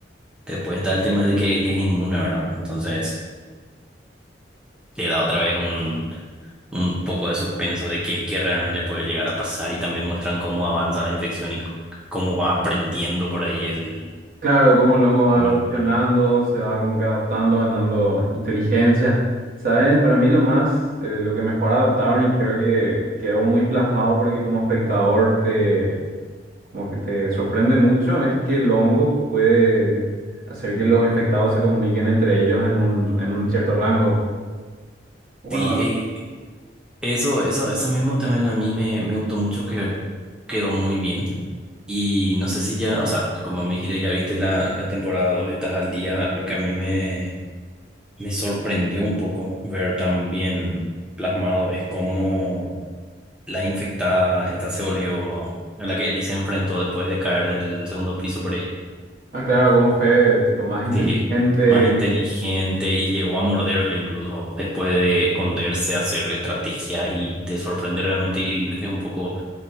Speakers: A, in the centre; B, on the right (about 50°).
A: después está el tema de que Ellie es inmune, ¿verdad? Entonces le da otra vez un, un poco de suspenso de qué qué realmente puede llegar a pasar y también muestran cómo avanza la infección y c- cómo va aprendiendo por ahí el...
B: Claro, como el hongo va
A: tema.
B: evolucionando, se va como que adaptando, ganando inteligencia. ¿Sabes? Para mí lo más, eh, lo que mejor adaptaron y creo que quedó muy plasmado porque como espectador te, como que te sorprende mucho, es que el hongo puede hacer que los infectados se comuniquen entre ellos en un, en un cierto rango. Bueno,
A: Sí, eh, eso, eso, eso mismo también a mí me, me gustó mucho que quedó muy bien. Y no sé si ya, o sea, como me dijiste, ya viste la, la temporada dos estás al día. Lo que a mí me, me sorprendió un poco ver tan bien plasmado es cómo la infectada esta se volvió, a la que Ellie se enfrentó después de caer del segundo piso por ahí.
B: Ah, claro, cómo fue tipo más inteligente,
A: Sí, más inteligente y llegó a morderle incluso después de esconderse, hacer estrategia y te sorprende realmente y es un poco,